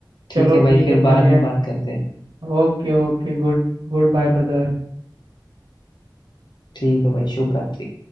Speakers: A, on the left; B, on the right.
A: ठीक
B: चलो
A: है भाई
B: ठीक
A: फिर
B: है बढ़िया
A: बाद में
B: है
A: बात करते हैं
B: Okay okay good good bye brother
A: ठीक है भाई शुभ रात्रि